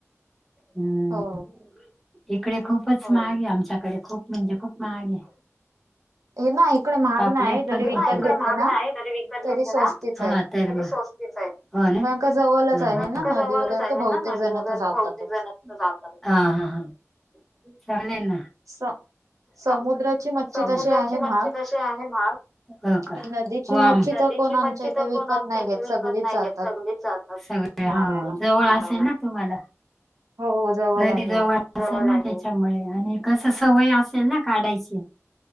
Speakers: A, in the centre; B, on the right.
A: हम्म.
B: हो
A: इकडे खूपच महागे आमच्याकडे खूप म्हणजे खूप महाग ये.
B: हे ना इकडे महाग
A: पापलेट
B: नाही जरी
A: पण खूप
B: विकत
A: महाग इकडे
B: घेतले
A: महाग
B: ना
A: नाय तरी विकत
B: तरी
A: घेतली
B: स्वस्तीच
A: ना हा
B: आहे.
A: तर तरी स्वस्त तय हो ना.
B: कारण का जवळच
A: हा
B: आहे
A: हा.
B: ना नदी
A: जवळच
B: वगैरे
A: आहे
B: तर बहुतेक
A: ना नदी
B: जण
A: वगैरे.
B: तर जातातच.
A: <unintelligible> ह ह चालेल ना.
B: स समुद्राची
A: स
B: मच्छी
A: समुद्राची
B: तशी आहे
A: मच्छी
B: महाग.
A: कशी आहे महाग हो का
B: तर नदीची
A: वाम
B: मच्छी
A: नदी
B: तर
A: दीची
B: कोण आमच्या
A: मच्छ
B: इथे
A: तर
B: विकत
A: कोण आमच्या
B: नाही
A: इथ
B: घेत
A: विकत
B: सगळीच
A: नाही
B: जातात.
A: घेत सगलीच जातात
B: मारायला
A: जवळ असेल ना? तुम्हाला
B: हो
A: नदी
B: आहे.
A: जवळ असेल ना? त्याच्यामुळे आणि कस सवय असेल ना काढायची.